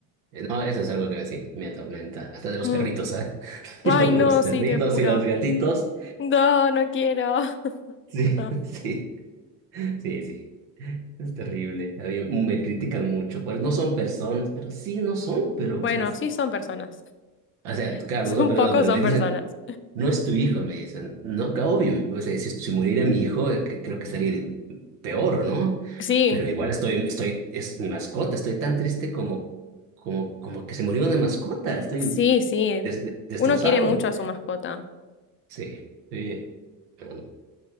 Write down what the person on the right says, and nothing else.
Eh, No, eso es algo que sí, me atormenta. Hasta de los
perritos, ¿ah? <laughs>
Yo
con los perritos
y los gatitos.
Sí, <laughs> sí, sí, sí. Es terrible. A mí me critican mucho. Pues no son personas, pero sí, no son, pero
pues.
O sea,
claro,
no son personas,
pero
me dicen,
no es tu hijo, me dicen. No, que obvio, o sea, si, si muriera mi hijo, eh, que- creo que estaría de- peor, ¿no?
Pero igual estoy, estoy, es mi mascota, estoy tan triste como, como, como que se murió una mascota, estoy
des- de- destrozado.
Sí, sí. Bueno,